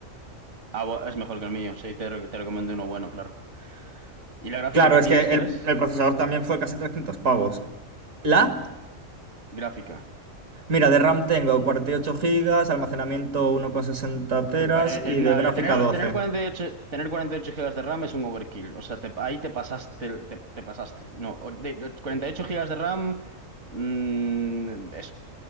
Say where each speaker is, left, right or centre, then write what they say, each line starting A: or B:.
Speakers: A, on the right; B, on the right.
A: Ah, bu- es mejor que el mío, sí, te, re- te recomiendo uno bueno, claro. ¿Y la gráfica
B: Claro,
A: que
B: es
A: tienes,
B: que
A: cuál
B: el,
A: es?
B: el procesador también fue casi 300 pavos. ¿La?
A: Gráfica.
B: Mira, de RAM tengo 48 GB, almacenamiento 1,60 teras
A: Te pa- eh, eh,
B: y
A: no,
B: de gráfica
A: el tener,
B: 12.
A: tener 48, tener 48 gigas de RAM es un overkill. O sea, te- ahí te pasaste, te, te pasaste. No, o- de, de 48 gigas de RAM mm, es,